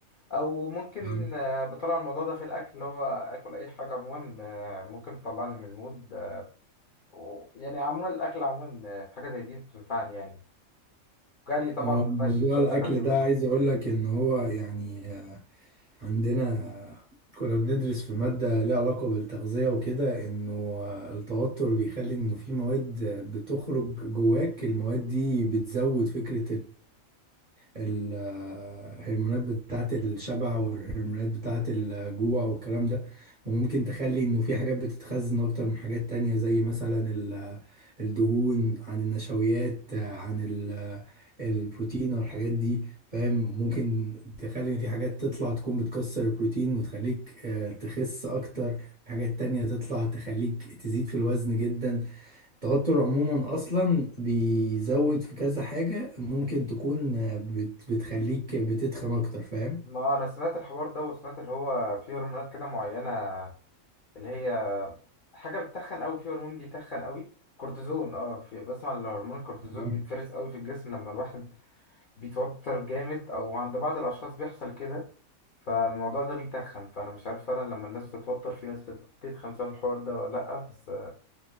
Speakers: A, on the left; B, on the right.
A: او ممكن
B: نعم.
A: آه، بطلع الموضوع ده في الاكل اللي هو اكل اي حاجه عموما آه، ممكن تطلعني من المود آه، و- يعني عموما الاكل عموما آه، حاجه زي دي بتنفعني يعني جري طبعا
B: هو
A: والمشي
B: موضوع
A: مش هقول
B: الأكل
A: لك عليهم
B: ده
A: يعني
B: عايز أقول لك إن هو يعني عندنا كنا بندرس في ماده ليها علاقه بالتغذيه وكده انه آه، التوتر بيخلي انه في مواد بتخرج جواك المواد دي بتزود فكره الهرمونات بتاعة الشبع والهرمونات بتاعة الجوع والكلام ده وممكن تخلي انه في حاجات بتتخزن اكتر من حاجات تانية زي مثلا ال- الدهون عن النشويات عن ال- البروتين او الحاجات دي فاهم ممكن تخلي ان في حاجات تطلع تكون بتكسر البروتين وتخليك آه، تخس اكتر في حاجات تانية تطلع تخليك تزيد في الوزن جدا التوتر عموما اصلا بيزود في كذا حاجة ممكن تكون بت بتخليك بتتخن اكتر فاهم
A: ما انا سمعت الحوار ده وسمعت اللي هو في هرمونات كده معينه اللي هي حاجه بتتخن قوي في هرمون بيتخن قوي كورتيزون اه في بسمع ان هرمون الكورتيزون
B: آه.
A: بيتفرز قوي في الجسم لما الواحد بيتوتر جامد او عند بعض الاشخاص بيحصل كده فالموضوع ده بيتخن فانا مش عارف فعلا لما الناس بتتوتر في ناس بت- بتتخن بسبب الحوار ده ولا لا بس